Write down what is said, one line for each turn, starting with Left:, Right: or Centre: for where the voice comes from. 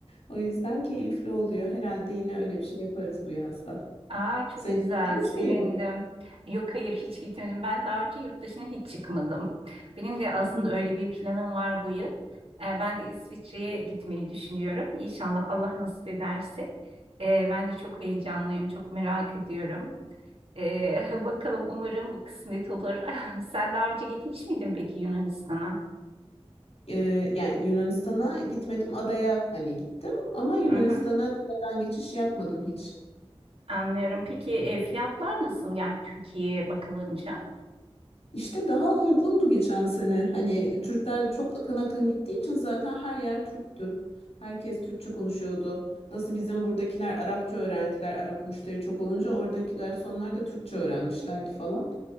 Left: O yüzden keyifli oluyor. Herhalde yine öyle bir şey yaparız bu yazda.
Right: Aa çok
Left: Sen
Right: güzel,
Left: hiç
Right: sevindim.
Left: miydin?
Right: Yok hayır hiç gitmedim. Ben daha önce yurt dışına hiç çıkmadım. Benim de aslında
Left: Hı hı.
Right: öyle bir planım var bu yıl. Ee, ben de İsviçre'ye gitmeyi düşünüyorum. İnşallah Allah nasip ederse. Ee, ben de çok heyecanlıyım, çok merak ediyorum. Ee, <laughs> bakalım umarım kısmet olur. <laughs> Sen daha önce gitmiş miydin peki Yunanistan'a?
Left: Ee, yani Yunanistan'a gitmedim, adaya hani gittim ama Yunanistan'a
Right: Hı hı,
Left: kıtadan geçiş yapmadım hiç.
Right: anlıyorum. Peki e, fiyatlar nasıl yani Türkiye'ye bakılınca?
Left: İşte daha uygundu geçen sene. Hani Türkler çok akın akın gittiği için zaten her yer Türktü. Herkes Türkçe konuşuyordu. Nasıl bizim buradakiler Arapça öğrendiler. Arap müşteri çok olunca oradaki garsonlar da Türkçe öğrenmişlerdi falan.